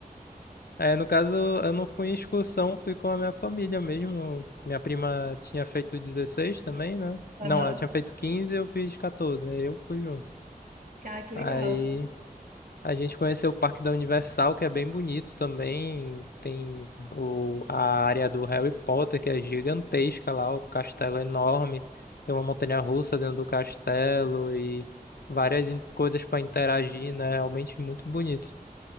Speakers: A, on the left; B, on the right.
A: é, no caso eu não fui em excursão, fui com a minha família mesmo. Minha prima tinha feito 16 também, né?
B: <laughs>
A: Não,
B: Aham.
A: ela tinha feito quinze eu fiz catorze aí eu fui junto.
B: Ah, que
A: Aí
B: legal.
A: A gente conheceu o Parque da Universal, que é bem bonito também. Tem o, a área do Harry Potter, que é gigantesca lá, o castelo é enorme. Tem uma montanha-russa dentro do castelo e várias in- coisas para interagir, né? Realmente muito bonito.